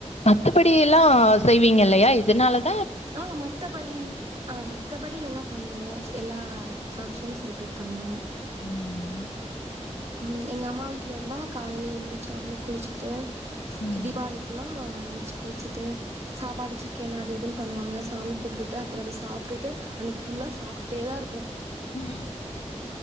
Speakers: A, on the left; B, on the right.
A: மத்தபடி எல்லா செய்வீங்க இல்லையா இதனாலத்
B: ஆ மத்தபடி ஆ மத்தபடி எல்லா பண்ணுவோ எல்லா ஃபங்க்ஷனு செலிப்ரேட் பண்ணுவோ
A: ம்
B: ம் எங்கம்மா வீட்ல இருந்தா காலைல எந்திரிச்ச ஒடனே குளிச்சிட்டு
A: ம்
B: தீபாவளிக்கிலா ஆ எந்திச்சி குளிச்சிட்டு சாப்பாடு சிக்கன் அது இதுனு பண்ணுவாங்க சாமி கும்ப்டுட்டு அப்பற அத சாப்டுட்டு அன்னைக்கு ஃபுல்லா சாப்ட்டுட்டேதா இருப்போ
A: ம்